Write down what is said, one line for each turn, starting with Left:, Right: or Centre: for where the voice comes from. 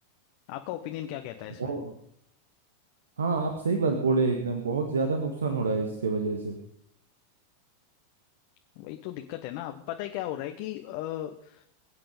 Left: आपका ओपिनियन क्या कहता है इसमें
Right: बहुत हाँ आप सही बात बोले एकदम बहुत ज्यादा नुकसान हो रहा है इसके वजह से
Left: वही तो दिक्कत है ना अब पता है क्या हो रहा है कि म,